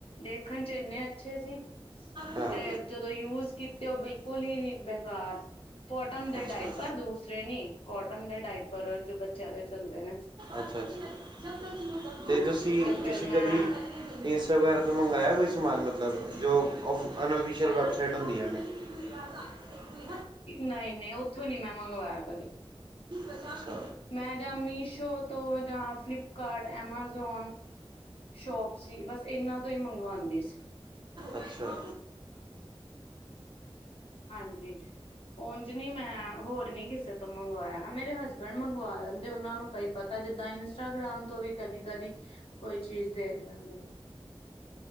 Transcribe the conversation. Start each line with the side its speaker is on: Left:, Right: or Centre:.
Left: ਦੇਖਣ ਚ ਇੰਨੇ ਅੱਛੇ ਸੀ
Right: ਹਾਂ
Left: ਤੇ ਜਦੋਂ ਯੂਜ ਕੀਤੇ ਉਹ ਬਿਲ ਬਿਲਕੁਲ ਹੀ ਨ ਬੇਕਾਰ ਕੋਟਨ ਦੇ
Right: ਅੱਛਾ
Left: ਡਾਇਪਰ ਦੂਸਰੇ ਨੀ ਕੋਟਨ ਦੇ ਡਾਇਪ ਪਰ ਜੋ ਬੱਚਿਆਂ ਦੇ ਚੱਲਦੇ ਨੇ।
Right: ਅੱਛਾ-ਅੱਛਾ, ਤੇ
Left: ਹਾਂਜੀ
Right: ਤੁਸੀਂ-ਤੁਸੀਂ
Left: ਤੇ ਫੇਰ ਮੈਂ
Right: ਕਦੀ ਇੰਸਟਾ ਵਗੈਰਾ ਤੋਂ ਮੰਗਵਾਇਆ ਕੋਈ ਸਮਾਨ ਮਤਲਬ ਜੋ ਅਨਔਫਿਸ਼ਅਲ ਵੈੱਬਸਾਈਟ ਹੁੰਦੀਆਂ ਨੇ। ਨਹੀਂ
Left: ਨਹੀਂ-ਨਹੀਂ, ਉਥੋਂ ਨੀ ਮੈਂ ਮੰਗਵਾਇਆ ਕਦੀ।
Right: ਅੱਛਾ।
Left: ਮੈਂ ਜਾ ਮਸ਼ੋ ਤੋਂ ਜਾਂ ਫਲੀਪਕਾਰਟ, ਐਮਜ਼ੋਨ ਸ਼ੋਪ ਸੀ ਬਸ ਇਹਨਾਂ ਤੋਂ ਹੀ ਮੰਗਵਾਂਦੀ ਸੀ।
Right: ਅੱਛਾ।
Left: ਹਾਂਜੀ। ਉਜ ਨੀ ਮੈਂ ਹੋਰ ਨੀ ਕਿਸੇ ਤੋਂ ਮੰਗਵਾਇਆ ਮੇਰੇ ਹਸਬੈਂਡ ਮੰਗਵਾ ਲੈਂਦੇ ਉਹਨਾਂ ਨੂੰ ਕਈ ਪਤਾ ਤਾਂ ਜਿੱਦਾਂ ਇੰਸਟਾਗ੍ਰਾਮ ਤੋਂ ਵੀ ਕਦੀ-ਕਦੀ ਕੋਈ ਚੀਜ਼ ਦੇਖ ਲੈਂਦੇ ਨੇ।